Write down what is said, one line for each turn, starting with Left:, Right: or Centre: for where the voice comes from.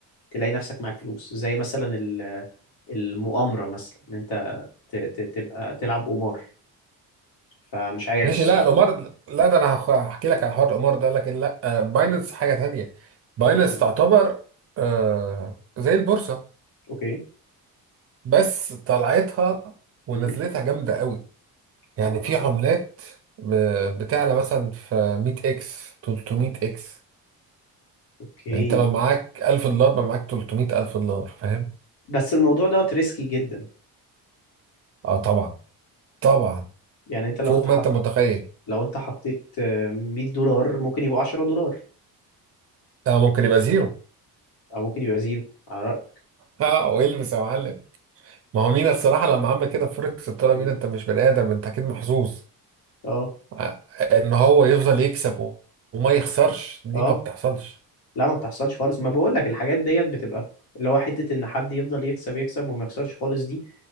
Left: تلاقي نفسك معاك فلوس زي مثلا ال- المؤامرة مثلا ان انت ت- ت- تبقى تلعب قمار فمش عارف
Right: ماشي
Left: الصراحة
Right: لا القمار لا ده انا هخ- هحكي لك على حوار القمار ده لكن لا آه، باينانس
Left: مم.
Right: حاجه تانية باينانس
Left: ايه ده
Right: تعتبر آه، زي البورصه
Left: اوكي
Right: بس طلعتها ونزلتها
Left: امم
Right: جامده قوي يعني
Left: اه
Right: في عملات ب- بتعلى مثلا في 100 اكس 300 اكس
Left: اوكي
Right: يعني انت لو معاك 1000 دولار بقى معاك 300 الف دولار فاهم
Left: بس الموضوع دوت ريسكي جدا
Right: اه طبعا طبعا
Left: يعني انت لو
Right: فوق
Left: انت
Right: ما
Left: حط
Right: انت متخيل
Left: لو انت حطيت آه، 100 دولار ممكن يبقوا 10 دولار
Right: اه ممكن يبقى زيرو
Left: او ممكن يبقى زيرو على رأيك
Right: اه ويلبس يا معلم ما هو مينا الصراحه لما عمل كده في فوركس قلت له
Left: م?
Right: مينا انت مش بني ادم انت اكيد محظوظ
Left: اه
Right: آه، ان هو يفضل يكسب و- وما يخسرش دي
Left: اه
Right: ما بتحصلش
Left: لا ما بتحصلش خالص ما بقول لك الحاجات ديت بتبقى اللي هو حتة ان حد يفضل يكسب يكسب وما يخسرش خالص دي